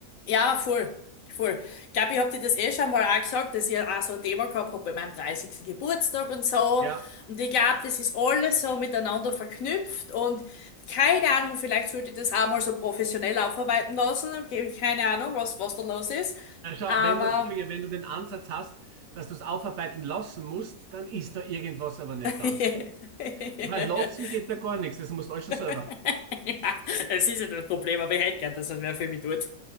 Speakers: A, on the left; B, on the right.
A: Ja, voll. Voll. Ich glaube, ich habe dir das eh schon mal auch gesagt, dass ich auch so ein Thema gehabt habe bei meinem dreißigsten Geburtstag und so.
B: Ja.
A: Und ich glaube, das ist alles so miteinander verknüpft und keine Ahnung, vielleicht sollte ich das auch mal so professionell aufarbeiten lassen. Keine Ahnung, was, was da los ist.
B: Na schau,
A: Aber
B: wenn du, Entschuldige, wenn du den Ansatz hast, dass du es aufarbeiten lassen musst, dann ist da irgendwas aber nicht
A: <laughs>
B: ganz, gell? Weil lassen geht da gar nichts, das musst du alles schon selber.
A: <laughs> Ja, es ist ja das Problem, aber ich hätte gern, dass das wer für mich tut.